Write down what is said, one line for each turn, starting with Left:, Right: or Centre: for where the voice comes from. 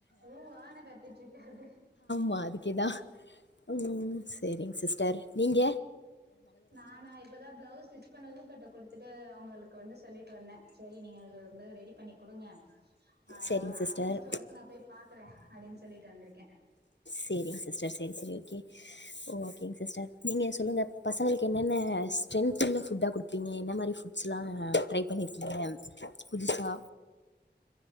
Right: ஊ ஆனு கத்திட்டு இருக்கரு
Left: மா அதுக்கேதா ம் சேரிங் சிஸ்டர் நீங்க
Right: நானா இப்பதா பிளவுஸ் ஸ்டிச் கனல் ஊக்கட்ட குடுத்துட்டு அவங்களுக்கு வந்து சொல்லிட்டு வந்தே செரி நீங்க வந்து ரெடி பண்ணி குடுங்க ஆ
Left: சரிங்க சிஸ்டர்
Right: நெக்ஸ்ட் வொர்க் நா போய் பாக்குறே அப்டின் சொல்ட்டு வந்ருக்கே
Left: சேரிங் சிஸ்டர் சேரி சேரி ஓகே ஓ ஓகேங் சிஸ்டர் நீங்க சொல்லுங்க பசங்களுக் என்னென்ன ஸ்ட்ரென்த் உள்ள ஃபுட்டா குடுப்பி பின நீங்க என்ன மாதிரி ஃபுட்ஸ்லா ட்ரை பண்ணிருக்கீங்க புதுசா